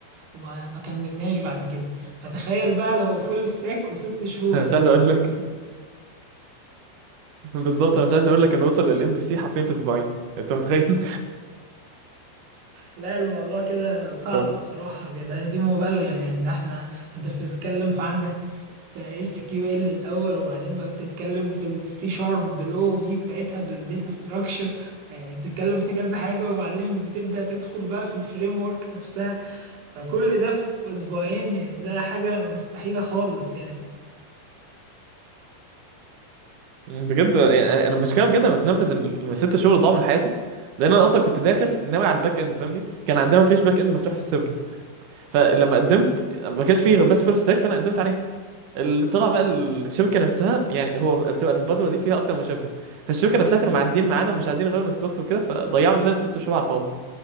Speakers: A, on the right; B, on the right.
A: وما ما كملناش بعد كده فتخيل بقى لو فول ستاك وست
B: <laughs>
A: شهور
B: مش عايز اقول لك بالظبط انا مش عايز اقول لك انه وصل للام في سي حرفيا في اسبوعين انت متخيل
A: لا الموضوع كده صعب
B: <laughs> ف-
A: بصراحة ده دي مبالغة يعني ده احنا ده انت بتتكلم في عندك في اس كيو ال الأول وبعدين بقى بتتكلم في السي شارب بالاو بي بتاعتها بالداتا ستراكشر يعني بتتكلم في كذا حاجة وبعدين بتبدأ تدخل بقى في الفريم ورك نفسها فكل ده في أسبوعين يعني ده حاجة مستحيلة خالص يعني
B: بجد يعني انا المشكله بجد انا متنفذ ان الست شهور ضاعوا من حياتي لان انا اصلا كنت داخل ناوي على الباك اند فاهمني كان عندنا مفيش باك اند مفتوح في السيركت فلما قدمت ما كانش فيه غير بس فول ستاك فانا قدمت عليها اللي طلع بقى الشركه نفسها يعني هو بتبقى المبادره دي فيها اكتر من شركه فالشركه نفسها كانوا معدين معانا ومش عايزين يغيروا الانستراكتور وكده فضيعوا مننا ست شهور على الفاضي